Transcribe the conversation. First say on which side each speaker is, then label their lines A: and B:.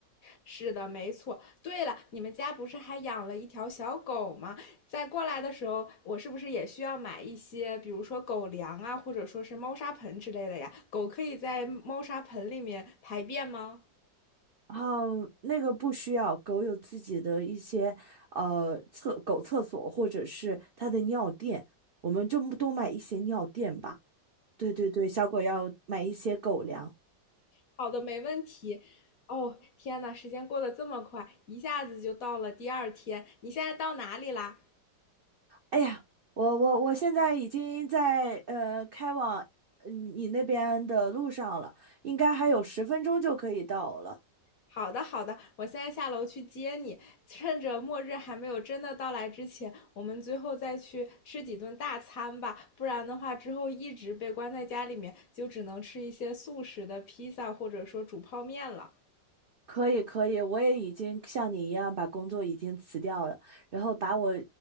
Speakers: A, on the left (about 60°); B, on the right (about 75°).
A: 是的，没错。对了，你们家不是还养了一条小狗吗？在过来的时候，我是不是也需要买一些，比如说狗粮啊，或者说是猫砂盆之类的呀？狗可以在猫砂盆里面排便吗？
B: 然后那个不需要，狗有自己的一些呃厕狗厕所或者是它的尿垫，我们就多买一些尿垫吧。对对对，小狗要买一些狗粮。
A: 好的，没问题。哦，天呐，时间过得这么快，一下子就到了第二天。你现在到哪里啦？
B: 哎呀，我我我现在已经在呃开往嗯你那边的路上了，应该还有十分钟就可以到了。
A: 好的，好的，我现在下楼去接你。趁着末日还没有真的到来之前，我们最后再去吃几顿大餐吧，不然的话，之后一直被关在家里面，就只能吃一些速食的披萨或者说煮泡面了。
B: 可以可以，我也已经像你一样把工作已经辞掉了，然后把我